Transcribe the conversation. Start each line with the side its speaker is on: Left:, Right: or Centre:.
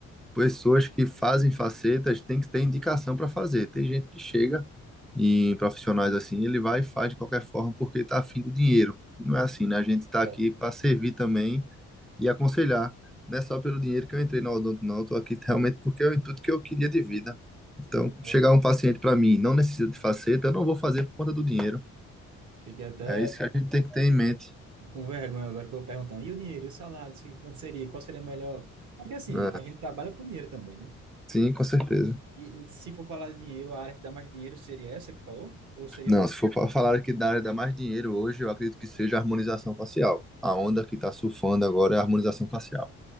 Centre: pessoas que fazem facetas têm que ter indicação para fazer. Tem gente que chega em profissionais assim, ele vai e faz de qualquer forma porque está afim do dinheiro. Não é assim, né? A gente está
Right: É,
Centre: aqui para servir também e aconselhar. Não é só pelo dinheiro que eu entrei na Odonto, não. Eu tô aqui realmente porque é o intuito que eu queria de vida. Então,
Right: eu
Centre: chegar um paciente para mim, não necessita de faceta, eu não vou fazer por conta do dinheiro.
Right: fiquei até
Centre: É isso que a gente tem que ter em mente.
Right: com vergonha agora que eu perguntando, e o dinheiro, e o salário, isso aqui, quanto seria, qual seria melhor? Porque assim,
Centre: É,
Right: a gente trabalha por dinheiro também, né?
Centre: sim, com certeza.
Right: E, e se for falar de dinheiro, a área que dá mais dinheiro seria essa que tu falou? Ou seria
Centre: Não,
Right: outra?
Centre: se for para falar aqui da área da mais dinheiro hoje, eu acredito que seja a harmonização facial. A onda que está surfando agora é a harmonização facial.